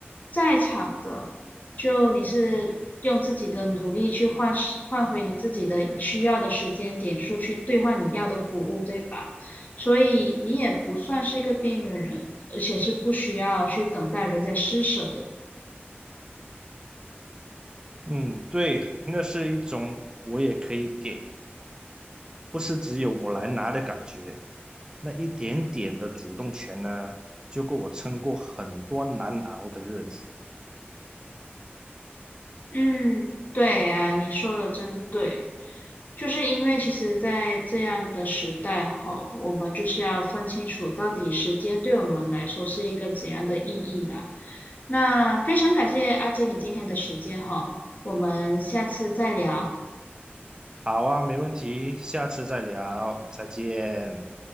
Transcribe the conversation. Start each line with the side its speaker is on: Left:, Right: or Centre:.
Left: 在场的，就你是用自己的努力去换时换回你自己的需要的时间点数，去兑换你要的服务，对吧？所以你也不算是一个边缘人，而且是不需要去等待人家施舍的。
Right: 嗯，对，那是一种我也可以给，不是只有我来拿的感觉。那一点点的主动权呢，就够我撑过很多难熬的日子。
Left: 嗯，对啊，你说的真对，就是因为其实，在这样的时代吼，我们就是要分清楚到底时间对我们来说是一个怎样的意义啦。那非常感谢阿杰你今天的时间哈，我们下次再聊。
Right: 好啊，没问题，下次再聊，再见。